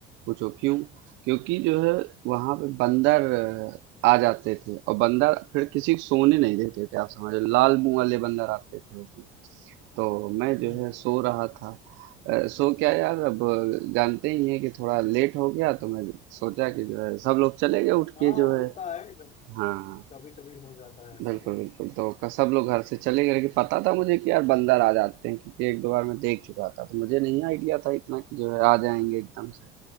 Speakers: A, on the right; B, on the left.
A: पूछो क्यों क्योंकि जो है वहाँ पे बंदर आ जाते थे और बंदर फिर किसी को सोने नहीं देते थे आप समझो लाल मुंह वाले बंदर आते थे वो भी तो मैं जो
B: हम्म
A: है सो रहा था अ, सो क्या यार अब जानते ही हैं कि थोड़ा लेट हो गया तो मैं सोचा कि जो है सब लोग चले गए उठ
B: हाँ
A: के जो
B: होता
A: है
B: है जब
A: हाँ
B: कभी कभी हो जाता है ऐसा
A: बिल्कुल
B: भी
A: बिल्कुल तो क- सब लोग घर से चले गए लेकिन पता था मुझे कि यार बंदर आ जाते हैं क्योंकि एक दो बार मैं देख चुका था तो मुझे नहीं आइडिया था इतना कि जो है आ जाएंगे एकदम से